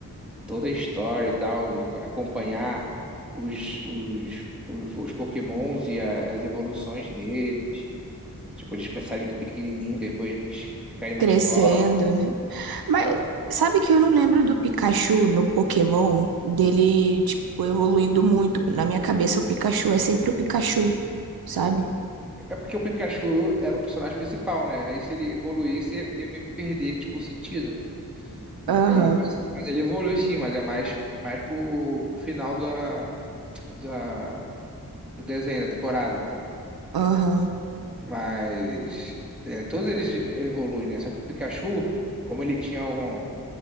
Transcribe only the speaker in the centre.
toda a história e tal. E acompanhar os, os, os, os Pokémons e a- as evoluções deles. Tipo, eles começarem pequenininho, depois ficarem mais
fortes.
Aham.
É porque o Pikachu era o personagem principal, né? Aí se ele evoluísse, ia meio que perder, tipo, o sentido, né?
Então, mas, mas ele evoluiu sim, mas é mais, é mais pro, pro final da, da, do desenho, da temporada, entendeu?
Mas é, todos eles evoluem, né? Só que o Pikachu, como ele tinha um,